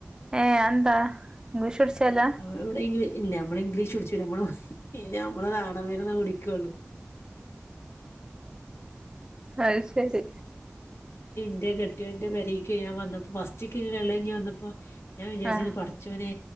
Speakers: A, on the right; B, on the left.
A: ഏ അതെന്താ ഇംഗ്ലീഷ് <unintelligible>
B: നമ്മളിവിടെ ഇംഗ്ലീ ഇല്ല നമ്മള് ഇംഗ്ലീഷ് വിളിച്ചില്ല നമ്മള് ഇല്ല നമ്മള് നാടൻ മരുന്നേ കുടിക്കുവുള്ളു
A: അത് ശരി
B: എന്റെ കെട്ടിയോന്റെ പെരേക്ക് ഞാൻ വന്നപ്പോ <unintelligible> വന്നപ്പോ ഞാൻ വിചാരിച്ചിന്ന്
A: ആഹ്
B: പഠച്ചോനെ